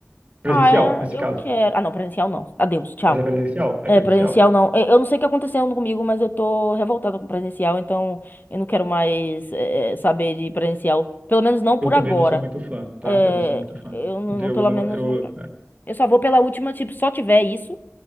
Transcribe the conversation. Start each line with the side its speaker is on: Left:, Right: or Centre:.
Right: Presencial,
Left: Ah,
Right: nesse
Left: é,
Right: caso.
Left: eu quero. Ah, não, presencial não. Adeus, tchau.
Right: Mas é presencial? É
Left: É,
Right: presencial.
Left: presencial não. Eu, eu não sei o que aconteceu comigo, mas eu tô revoltada com presencial, então eu não quero mais é, é, saber de presencial. Pelo menos não por
Right: Eu também
Left: agora.
Right: não sou muito fã, tá?
Left: É,
Right: Eu não sou muito fã.
Left: eu não,
Right: Eu
Left: não- pelo
Right: não,
Left: menos
Right: eu,
Left: não por agora. Eu só vou pela última, tipo, só tiver isso,